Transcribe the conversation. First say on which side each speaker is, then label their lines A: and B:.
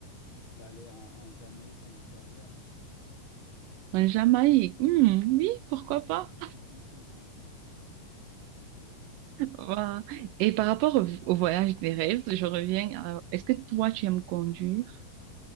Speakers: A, on the left; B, on the right.
A: Tu vas aller en, en Jamaïque en croisière.
B: En Jamaïque. Hmm, oui, pourquoi pas?
A: <laughs>
B: Voilà. Et par rapport au, au voyage des rêves, je reviens à- Est-ce que toi, tu aimes conduire?